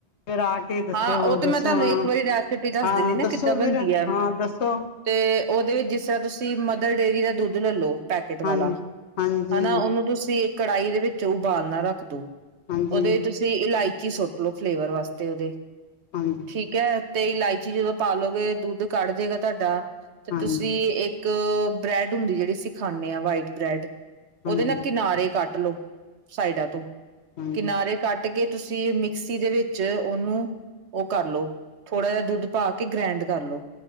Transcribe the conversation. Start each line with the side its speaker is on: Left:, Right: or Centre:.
Left: ਫਿਰ ਆ ਕੇ ਦੱਸਿਓ
Right: ਹਾਂ, ਉਹ
Left: ਹੋਰ
Right: ਤੇ
Left: ਦੱਸੋ
Right: ਮੈਂ ਤੁਹਾਨੂੰ
Left: ਹਾਂ
Right: ਇੱਕ ਵਾਰੀ ਰੈਸਪੀ ਦੱਸ
Left: ਹਾਂ
Right: ਦਿੰਦੀ ਨਾ
Left: ਦੱਸੋ
Right: ਕਿੱਦਾਂ ਬਣਦੀ
Left: ਵੀਰ
Right: ਐ?
Left: ਹਾਂ ਦੱਸੋ
Right: ਤੇ ਉਹਦੇ ਵਿੱਚ ਜਿਸ ਤਰ੍ਹਾਂ ਤੁਸੀਂ ਮਦਰ ਡੇਅਰੀ ਦਾ ਦੁੱਧ ਲੈ ਲੋ। ਪੈਕੇਟ
Left: ਹਾਂਜੀ
Right: ਵਾਲਾ
Left: ਹਾਂਜੀ
Right: ਹੈਨਾ ਉਹਨੂੰ ਤੁਸੀਂ ਕੜਾਹੀ ਦੇ ਵਿੱਚ ਉਬਾਲ ਨਾ ਰੱਖ ਦੋ।
Left: ਹਾਂਜੀ
Right: ਉਹਦੇ ਵਿਚ ਤੁਸੀਂ ਇਲਾਇਚੀ ਸੁੱਟ ਲਓ, ਫਲੇਵਰ ਵਾਸਤੇ ਉਹਦੇ
Left: ਹਾਂਜੀ।
Right: ਠੀਕ ਹੈ, ਤੇ ਇਲਾਇਚੀ ਜਦੋਂ ਪਾਲੋਗੇ ਦੁੱਧ ਕੱੜ ਜੇਗਾ ਤੁਹਾਡਾ। ਤੇ
Left: ਹਾਂਜੀ
Right: ਤੁਸੀਂ ਇੱਕ ਬ੍ਰੈਡ ਹੁੰਦੀ ਐ ਜਿਹੜੀ ਅਸੀਂ ਖਾਂਦੇ ਆ ਵਾਈਟ ਬ੍ਰੈਡ। ਉਹਦੇ
Left: ਹਾਂਜੀ
Right: ਨਾਲ ਕਿਨਾਰੇ ਕੱਟ ਲਓ, ਸਾਈਡਾਂ ਤੋਂ
Left: ਹਾਂਜੀ
Right: ਕਿਨਾਰੇ
Left: ਹਾਂਜੀ
Right: ਕੱਟ ਕੇ ਤੁਸੀਂ ਮਿਕਸੀ ਦੇ ਵਿੱਚ ਉਹਨੂੰ, ਉਹ ਕਰ ਲਓ। ਥੋੜਾ ਜਿਹਾ ਦੁੱਧ ਪਾਕੇ ਗ੍ਰੈਂਡ ਕਰ ਲੋ,